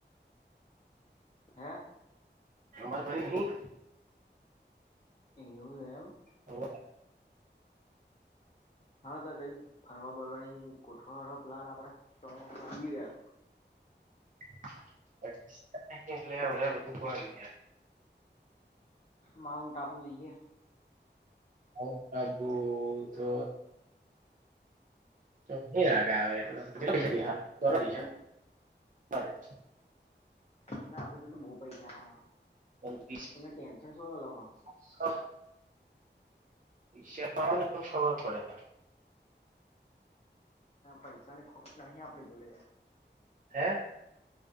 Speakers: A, on the left (about 35°); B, on the right (about 45°).
A: હે
B: અમારે ભણી નહી
A: એવું હે એમ
B: હોવે લ્યા
A: હા તો કઈક ફરવા બરવાની ગોઠવા વાળો પ્લાન આપડે ચોમાસુ આઈ ગયું યાર
B: <unintelligible> એટલે બધું બંધ
A: માઉન્ટ આબુ જઈએ
B: માઉન્ટ આબુ તો <unintelligible> કેટલા પૈસા <unintelligible>
A: અન આપડી જોડે તો બહુ પૈસા હે
B: પણ વીસ
A: તમે ટેન્શન શું કરવા લો હો
B: <inaudible> હિસાબ પાડો ને તો ખબર પડે
A: ભૈસાની ખો નાહી આપણી જોડેે.
B: હે?